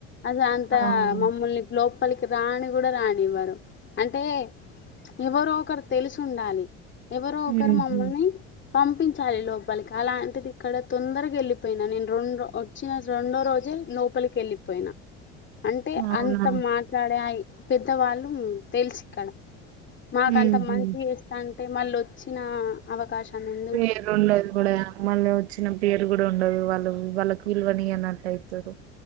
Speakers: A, on the left; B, on the right.
A: అసలంతా
B: అవునండి
A: మమ్మల్ని లోప్ పలికి రాని కూడా రానివ్వరు అంటే ఎవరో ఒకరు తెలిసుండాలి ఎవరో ఒకరు
B: ఊహు
A: మమ్ముల్ని పంపించాలి లోపల్కి అలాంటిది ఇక్కడ తొందరగెళ్ళిపోయినా నేను రెండ్రో ఒ ఒచ్చిన రెండో రోజే లోపలికెళ్ళిపోయిన అంటే
B: అవునా
A: అంత మాట్లాడే ఆ పెద్దవాళ్ళు తేల్సిక్కడ మాకంత
B: ఊహు
A: మంచి చేస్తాంటే మళ్ళొచ్చినా అవకాశన్నెం
B: పేరుండదు గూడా మళ్ళొద్ చిన్న పేరు కూడా ఉండదు వాళ్ళు వాళ్ళకి విలువనియ్యన్నట్టైతది